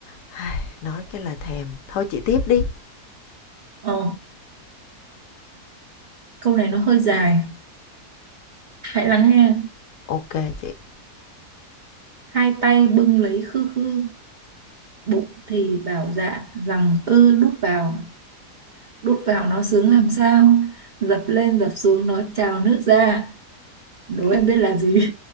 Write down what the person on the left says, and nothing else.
Ai, nói cái là thèm. Thôi chị tiếp đi.
Ok chị.
Cái